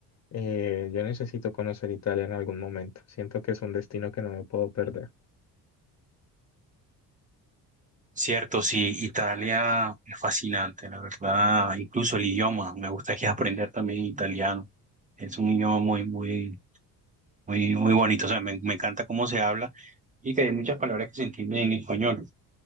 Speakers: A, on the left; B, on the right.
A: eh, yo necesito conocer Italia en algún momento. Siento que es un destino que no me puedo perder.
B: Cierto, sí, Italia es fascinante, la verdad. Incluso el idioma, me gustaría aprender también italiano. Es un idioma muy, muy Muy, muy bonito, o sea, me, me encanta cómo se habla y que hay muchas palabras que se entienden en español,